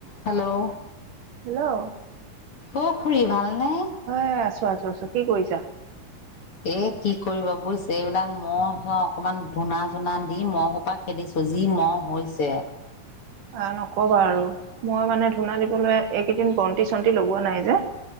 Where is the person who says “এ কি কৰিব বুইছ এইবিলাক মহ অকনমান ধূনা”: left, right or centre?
Left